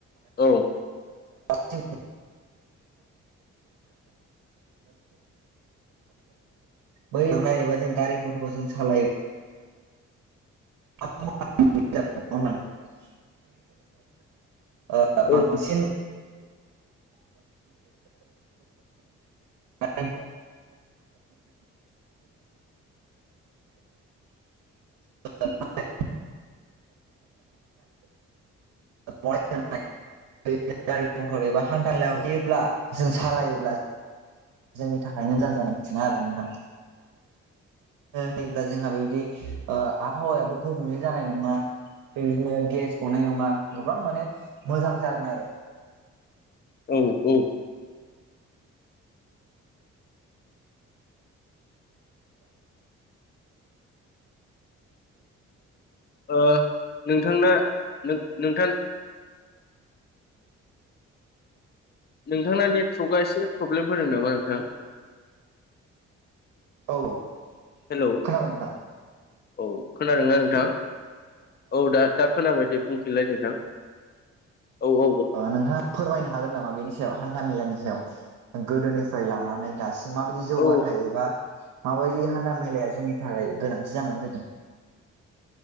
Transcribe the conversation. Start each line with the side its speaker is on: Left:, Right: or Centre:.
Left: औ
Right: <unintelligible> बै थांनायबा जों गारि मथरखौ जों सालायो। <unintelligible> ओ बांसिन
Left: औ <unintelligible>
Right: <unintelligible> <unintelligible> <unintelligible> गारि मथर एबा हान्था लाहैयोब्ला जों सालायोब्ला जोंनि थाखायनो मोजां <unintelligible> आरो नोंथां ओ जेब्ला जोंहा बेबायदि आबहावायाबो गुबुंले जानाय नङा। बेबायदिनो गेस गनाय नङा गोबां माने मोजां जागोन आरो।
Left: औ औ ओ नोंथांनो नोंथा नोंथांना नेटवर्कआ एसे प्रब्लेम होदों नामा नोंथां?
Right: औ
Left: हेलौ
Right: खोनाबाय नोंथां?
Left: औ खोनादोंना नोंथां औ दा दा खोनाबायदि बुंफिनलाय नोंथां। औ औ
Right: ओ नोंथाङा फोरमायनो हागोन नामा बेनि सायाव हान्था मेलानि सायाव गोदोनिफ्राय लानानै दासिम माबायदि जौगाथाय
Left: औ
Right: एबा माबायदि हान्दा मेलाया जोंनि थाखाय गोनांथि जानानै फैदों